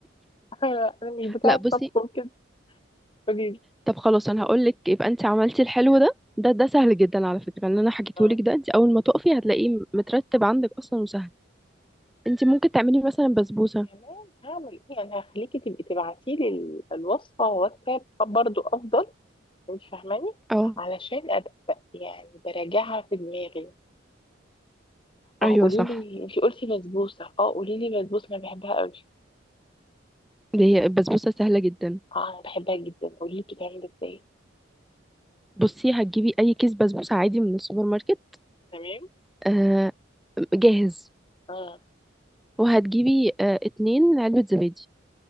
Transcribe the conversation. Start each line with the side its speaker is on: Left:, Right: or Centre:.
Left: <laughs> انا أنا مش بتاعه
Centre: لا بصي
Left: طبخ وكده قولي لي.
Centre: طب خلاص انا هقول لك يبقى انت عملتي الحلو ده ده ده سهل جدا على فكرة اللي انا حكيته
Left: اه
Centre: لك ده انت اول ما تقفي هتلاقيه مترتب عندك اصلا وسهل انت ممكن تعملي مثلا بسبوسة
Left: كمان هعمل ايه انا هخليكي تبقي تبعتي لي الوصفه واتساب برضو افضل انت فاهماني
Centre: اه
Left: علشان ابقى يعني براجعها في دماغي
Centre: ايوه
Left: اه قولي
Centre: صح
Left: لي انت قلتي بسبوسه اه قولي لي بسبوسه انا بحبها قوي
Centre: اللي هي البسبوسة سهلة جدا
Left: اه انا بحبها جدا قولي لي بتتعمل ازاي
Centre: بصي هتجيبي اي كيس بسبوسه عادي من السوبر ماركت
Left: تمام
Centre: آه جاهز
Left: اه
Centre: وهتجيبي آه اتنين علبه زبادي